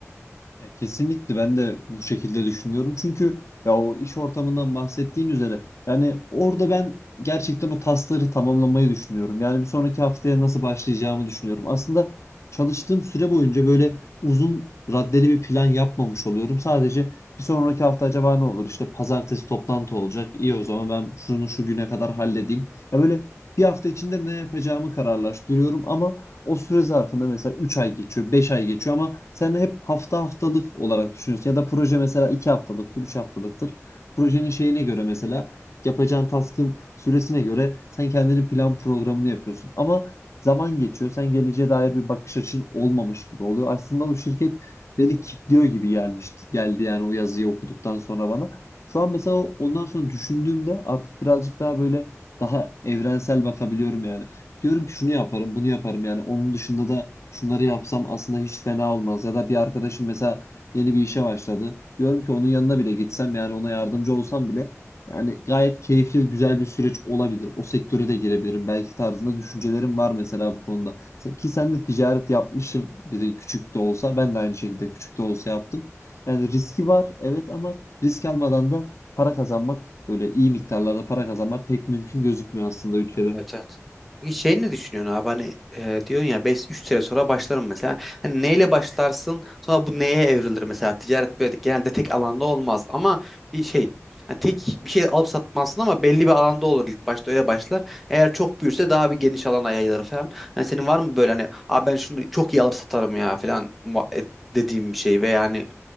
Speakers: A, on the left (about 60°); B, in the centre.
A: Ya kesinlikle ben de bu şekilde düşünüyorum. Çünkü ya o iş ortamından bahsettiğin üzere yani orada ben gerçekten o tasları tamamlamayı düşünüyorum. Yani bir sonraki haftaya nasıl başlayacağımı düşünüyorum. Aslında çalıştığım süre boyunca böyle uzun raddeli bir plan yapmamış oluyorum. Sadece bir sonraki hafta acaba ne olur? İşte pazartesi toplantı olacak. İyi o zaman ben şunu şu güne kadar halledeyim. Ya böyle bir hafta içinde ne yapacağımı kararlaştırıyorum ama o süre zarfında mesela 3 ay geçiyor, 5 ay geçiyor ama sen hep hafta haftalık olarak düşünüyorsun. Ya da proje mesela 2 haftalıktır, 3 haftalıktır. Projenin şeyine göre mesela yapacağın task'ın süresine göre sen kendini plan programını yapıyorsun. Ama zaman geçiyor. Sen geleceğe dair bir bakış açın olmamış gibi oluyor. Aslında bu şirket beni kilitliyor gibi gelmişti. Geldi yani o yazıyı okuduktan sonra bana. Şu an mesela ondan sonra düşündüğümde artık birazcık daha böyle daha evrensel bakabiliyorum yani diyorum ki şunu yaparım, bunu yaparım yani onun dışında da şunları yapsam aslında hiç fena olmaz. Ya da bir arkadaşım mesela yeni bir işe başladı. Diyorum ki onun yanına bile gitsem yani ona yardımcı olsam bile yani gayet keyifli ve güzel bir süreç olabilir. O sektöre de girebilirim belki tarzında düşüncelerim var mesela bu konuda. Ki sen de ticaret yapmışsın biri küçük de olsa ben de aynı şekilde küçük de olsa yaptım. Yani riski var evet ama risk almadan da para kazanmak böyle iyi miktarlarda para kazanmak pek mümkün gözükmüyor aslında ülkede.
B: Evet evet. Peki şey ne düşünüyorsun abi hani e, diyorsun ya Beş üç sene sonra başlarım mesela. Hani neyle başlarsın sonra bu neye evrilir mesela ticaret böyle genelde tek alanda olmaz ama bir şey hani tek bir şey alıp satmazsın ama belli bir alanda olur ilk başta öyle başlar. Eğer çok büyürse daha bir geniş alana yayılır falan. Hani senin var mı böyle hani abi ben şunu çok iyi alıp satarım ya falan muha- e, dediğim bir şey ve yani